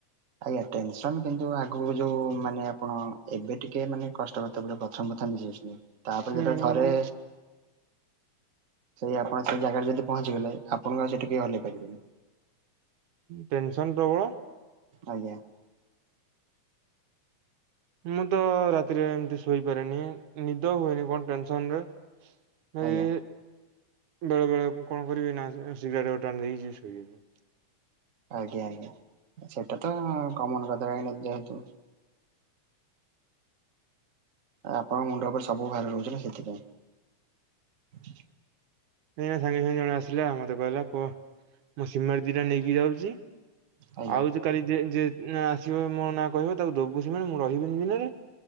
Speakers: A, on the right; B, on the right.
A: ଆ ଟେନସନ କିନ୍ତୁ ଆଗକୁ ଯୋଉ ମାନେ ଆପଣ ଏବେ ଟିକେ ମାନେ କଷ୍ଟ କରିତେ ପଡ଼ିବ ପ୍ରଥମେ ପ୍ରଥମ ଯିଏ। <unintelligible> ତାପରେ
B: ହୁଁ
A: ଯେତେବେଳେ ଥରେ ସେଇ ଆପଣ ସେ ଜାଗାରେ ଯଦି ପହଞ୍ଚିଗଲେ ଆପଣଙ୍କ ସେଇଠି କେଇ ହଲେଇ ପାରିବେନି।
B: ଟେନସନ ପ୍ରବଳ।
A: ଆଜ୍ଞା।
B: ମୁଁ ତ ରାତିରେ ଏମିତି ଶୋଇପାରେନି ନିଦ ହୁଏନି କଣ ଟେନସନରେ। ଭାଇ
A: ଆଜ୍ଞା
B: ବେଳେ ବେଳେ କଣ କରିବିନା ସିଗାରେଟ ଗୋଟେ ଟାଣି ଦେଇିକି ଯିବି ଶୋଇବା ପାଇଁ।
A: ଆଜ୍ଞା ଆଜ୍ଞା ସେଇଟାତ କମନ କଥା କାହିଁକିନା ଯେହେତୁ ଆପଣଙ୍କ ମୁଣ୍ଡ ଉପରେ ସବୁ ଭାର ରହୁଛି ନା ସେଥିପାଇଁ।
B: ନାଇଁ ସାଙ୍ଗେ ସାଙ୍ଗେ ଜଣେ ଆସିଲା ମତେ କହିଲା ପୁଅ ମୁଁ ସିମେଣ୍ଟ ଦିଟା ନେଇକି ଯାଉଛି।
A: ଆଜ୍ଞା
B: ଆଉ ଯେ କାଲି ଯିଏ ଯିଏ ଆସିବ ମୋ ନାଁ କହିବ ତାକୁ ଦବୁ ସିମେଣ୍ଟ ମୁଁ ରହିବିନି ଦିନରେ।